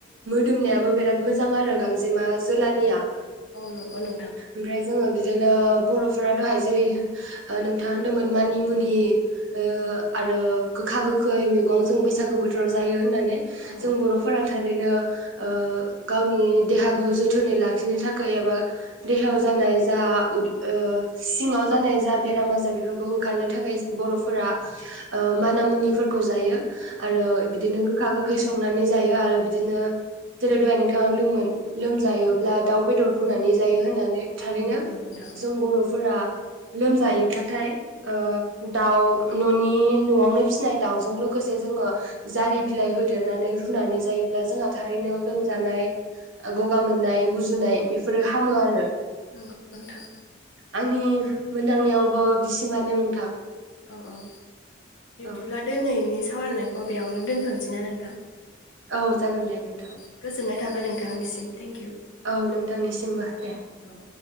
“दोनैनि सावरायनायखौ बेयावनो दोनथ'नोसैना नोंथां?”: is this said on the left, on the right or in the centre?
Left